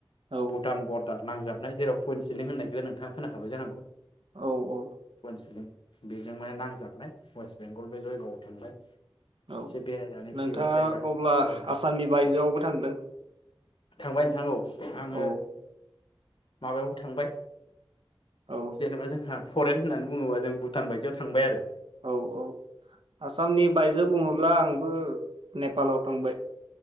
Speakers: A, on the right; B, on the left.
A: औ
B: भुटान बरदार। नांजाबनाय जेराव पइन्ट सिलिं होननायखौ नोंथाङा खोनाखाबाय जानांगौ।
A: औ औ
B: पन्सलिं। बेजों माने नांजाबनाय वेस्ट। बेंगल बे जयगायाआव थांबाय।
A: औ
B: एसे बेरायनानै
A: नोंथाङा
B: फैबाय जायगा औ
A: अब्ला
B: नोंथां
A: आसामनि बायजोआवबो
B: औ
A: थांदों।
B: थांबाय नोंथां औ। आङो।
A: औ
B: माबायाव थांबाय।
A: औ
B: जेनेबा जोंहा। फरेन होननानै बुङोबा जों भुटान बायदियाव थांबाय आरो।
A: औ औ आसामनि बायजो बुङोब्ला आंबो। नेपालाव थांबाय।